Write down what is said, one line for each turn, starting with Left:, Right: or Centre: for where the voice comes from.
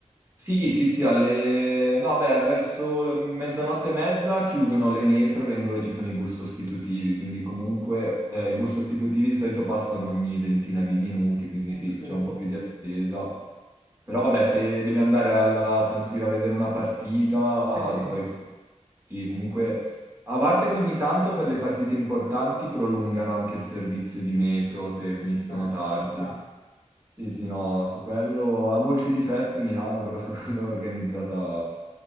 Right: Sì, sì, sì, alle... No, beh, verso mezzanotte e mezza chiudono le metro e vengo- e ci sono i bus sostitutivi, quindi comunque eh, i bus sostitutivi di solito passano ogni ventina di minuti, quindi
Left: Ok,
Right: sì, c'è
Left: eh
Right: un po' più di attesa. Però vabbè, se devi andare alla San Siro a vedere una partita,
Left: sì,
Right: di solito sì, comunque... A parte che ogni tanto per le partite importanti prolungano anche il servizio di metro se finiscono
Left: beh,
Right: tardi.
Left: ci sta.
Right: Sì, sì, no, su quello ha molti difetti Milano, però su quello è organizzata...